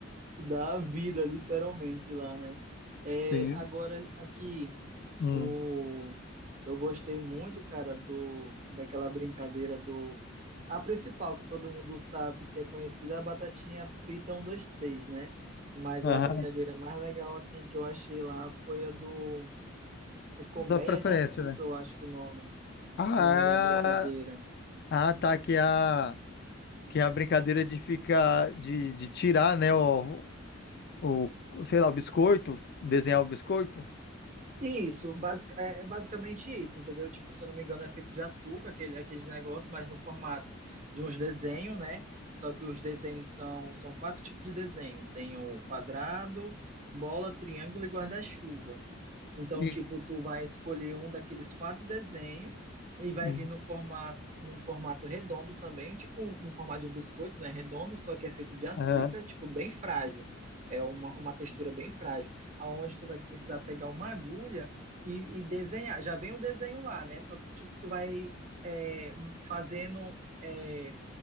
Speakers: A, on the right (about 35°); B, on the left (about 50°).
A: Tu dá a vida, literalmente, lá, né? É,
B: Sim.
A: agora, aqui,
B: Hum.
A: O... Eu gostei muito, cara, do daquela brincadeira do. A principal que todo mundo sabe, que é conhecida, é a batatinha frita um 2 três né? Mas
B: Aham.
A: a brincadeira mais legal, assim, que eu achei lá foi a do. É Colmeia
B: Sua preferência,
A: de Açúcar,
B: né?
A: eu acho que é o nome,
B: Ah,
A: o nome da brincadeira.
B: ah, tá aqui a. que é a brincadeira de ficar, de, de tirar, né, o, o, sei lá, o biscoito, desenhar o biscoito.
A: Isso, basic, é é basicamente isso, entendeu? Tipo, se eu não me engano, é feito de açúcar, aquele, aqueles negócios, mas no formato de uns desenhos, né? Só que os desenhos são, são quatro tipos de desenho. Tem o quadrado, bola, triângulo e guarda-chuva. Então,
B: Sim.
A: tipo, tu vai escolher um daqueles quatro desenhos e vai
B: Uhum.
A: vir no formato, num formato redondo também, tipo no formato de um biscoito, né? Redondo, só que é feito de açúcar,
B: Aham.
A: tipo, bem frágil. É uma, uma textura bem frágil, aonde tu vai precisar pegar uma agulha e, e desenhar. Já vem o desenho lá, né? Só que, tipo, tu vai é, fazendo é,